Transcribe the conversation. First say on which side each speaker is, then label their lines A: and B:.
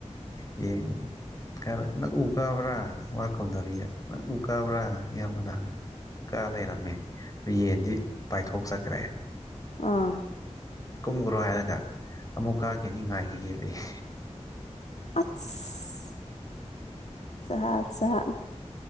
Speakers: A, on the left (about 30°); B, on the left (about 70°).
A: ꯑꯦ ꯀꯔꯣ ꯎꯒꯕ꯭ꯔꯥ ꯋꯥ ꯈꯧꯗꯕꯤꯗ ꯎꯒꯕ꯭ꯔꯥ ꯌꯥꯝꯕꯅ ꯀ ꯂꯩꯔꯝꯃꯤ ꯑꯗꯨ ꯌꯦꯟꯗꯤ ꯄꯥꯏꯊꯣꯛꯆꯈ꯭ꯔꯦ
B: ꯑꯥ
A: ꯀꯨꯝꯈ꯭ꯔꯣ ꯍꯥꯏꯔꯒ ꯑꯃꯨꯛ ꯀꯥꯈꯤꯅꯤ ꯉꯥꯏꯈꯤ ꯌꯦꯛꯂꯛꯏ
B: ꯑꯁ ꯖꯠ ꯖꯠ ꯅꯦ